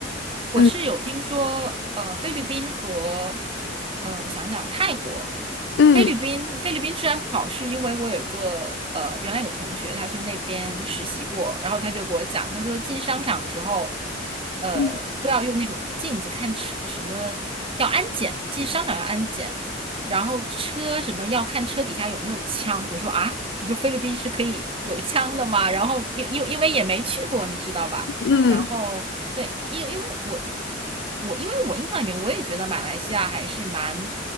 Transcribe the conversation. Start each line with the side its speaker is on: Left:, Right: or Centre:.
Right: 我是有听说，
Left: 嗯
Right: 呃，菲律宾和，呃，我想想，泰国，
Left: 嗯
Right: 菲律宾，菲律宾治安不好，是因为我有一个，呃，原来有同学他去那边实习过，然后他就给我讲，他说进商场的时候，呃，
Left: 嗯
Right: 都要用那种镜子看车，什么要安检，进商场要安检，然后车什么要看车底下有没有枪。我说啊，我说菲律宾是可以有枪的吗？然后因因因为也没去过，你知道吧？
Left: 嗯。
Right: 然后对，因因为我我因为我印象里面，我也觉得马来西亚还是蛮